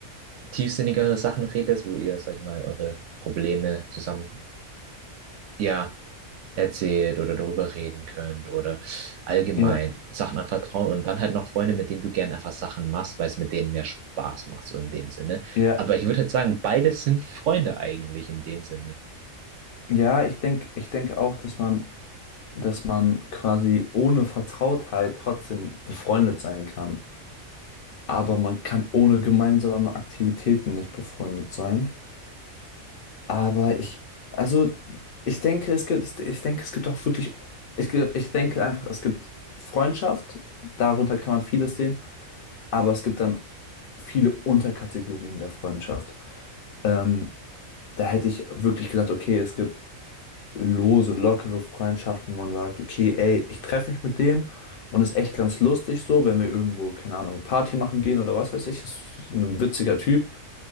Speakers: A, on the right; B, on the left.
A: tiefsinnigere Sachen redest, wo ihr, sag ich mal, eure Probleme zusammen, ja, erzählt oder darüber reden könnt oder allgemein
B: ja,
A: Sachen anvertrauen. Und dann halt noch Freunde, mit denen du gern einfach Sachen machst, weil es mit denen mehr Spaß macht, so in dem Sinne.
B: ja.
A: Aber ich würde halt sagen, beides sind Freunde eigentlich in dem Sinne.
B: Ja, ich denke, ich denke auch, dass man, dass man quasi ohne Vertrautheit trotzdem befreundet sein kann. Aber man kann ohne gemeinsame Aktivitäten nicht befreundet sein. Aber ich, also ich denke, es gibt, ich denke, es gibt auch wirklich, ich, ge- ich denke einfach, es gibt Freundschaft, darunter kann man vieles sehen, aber es gibt dann viele Unterkategorien der Freundschaft. Ähm, da hätte ich wirklich gesagt, okay, es gibt lose, lockere Freundschaften, wo man sagt, okay, ey, ich treffe mich mit dem und ist echt ganz lustig so, wenn wir irgendwo, keine Ahnung, Party machen gehen oder was weiß ich, ist ein witziger Typ